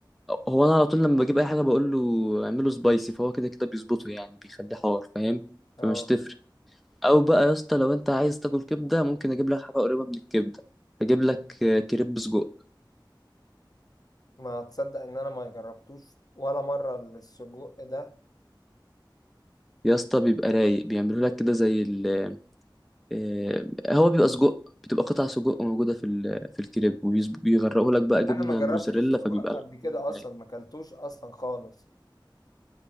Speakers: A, in the centre; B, on the left.
A: هو انا على طول لما بجيب اي حاجه بقول له اعمله سبايسي فهو كده كده بيظبطه يعني بيخليه حار فاهم
B: اه
A: فمش تفرق او بقى يا اسطى لو انت عايز تاكل كبده ممكن اجيب لك حاجه قريبه من الكبده اجيب لك آه، كريب سجق
B: ما تصدق ان انا ما جربتوش ولا مره السجق ده
A: يا اسطى بيبقى رايق بيعمله لك كده زي ال آه، هو بيبقى سجق بتبقى قطع سجق موجوده في ال- في الكريب وبيغرقوا لك بقى جبنه
B: انا ما جربتش
A: موزاريلا
B: السجق
A: فبيبقى الحوار
B: قبل كده اصلا
A: رايق
B: ما اكلتوش اصلا خالص